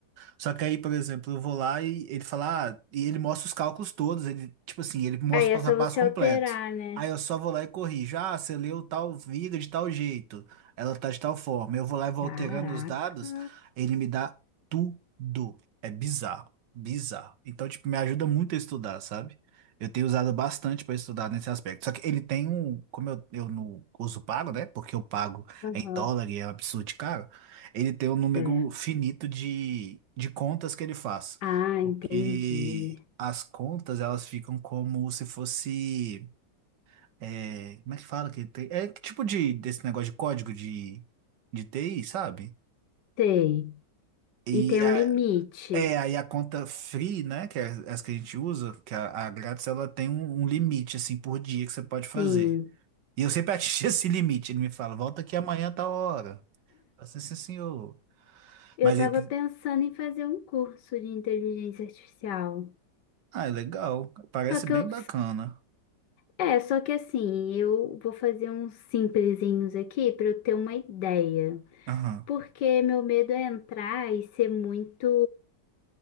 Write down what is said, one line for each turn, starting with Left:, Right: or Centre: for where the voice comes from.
Right: Só que aí, por exemplo, eu vou lá e ele fala, ah, e ele mostra os cálculos todos, ele, tipo assim, ele mostra
Left: Aí
Right: o
Left: é
Right: passo
Left: só
Right: a passo
Left: você
Right: completo.
Left: alterar, né?
Right: Aí eu só vou lá e corrijo. Ah, você leu tal viga de tal jeito, ela tá de tal forma. Eu vou lá e vou
Left: Caraca.
Right: alterando os dados, ele me dá tudo. É bizarro, bizarro. Então, tipo, me ajuda muito a estudar, sabe? Eu tenho usado bastante para estudar nesse aspecto. Só que ele tem um, como eu, eu não uso pago, né? Porque eu pago
Left: Aham.
Right: em dólar e é um absurdo de caro ele tem um número
Left: É.
Right: finito de, de contas que ele faz,
Left: Ah,
Right: porque
Left: entendi.
Right: as contas elas ficam como se fosse, é, como é que fala que tem? É que tipo de desse negócio de código de, de TI, sabe?
Left: Sei.
Right: E
Left: E tem um
Right: a,
Left: limite.
Right: é, aí a conta free, né, que é as que a gente usa, que é a, a grátis, ela tem um, um limite, assim, por dia que você pode fazer.
Left: Sim.
Right: E eu sempre atingi <laughs> esse limite, ele me fala, volta aqui amanhã a tal hora. Eu falo assim, "Sim, senhor.
Left: Eu
Right: Mas
Left: estava
Right: aí
Left: pensando em fazer um curso de inteligência artificial.
Right: Ah, é legal. Parece
Left: Só que
Right: bem
Left: eu,
Right: bacana.
Left: é, só que assim, eu vou fazer uns simplesinhos aqui para eu ter uma ideia.
Right: Aham.
Left: Porque meu medo é entrar e ser muito